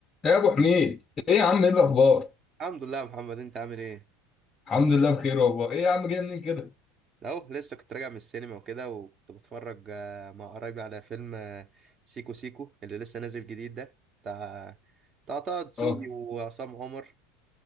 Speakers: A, on the left; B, on the right.
A: ايه يا ابو حميد ايه يا عم ايه الاخبار
B: الحمد لله يا محمد انت عامل ايه
A: الحمد لله بخير والله ايه يا عم جاي منين كده
B: اهو لسه كنت راجع من السينما وكده وكنت بتفرج آه، مع قرايبي على فيلم آه، سيكو سيكو اللي لسه نازل جديد ده بتاع بتاع طه دسوقي
A: اه
B: وعصام عمر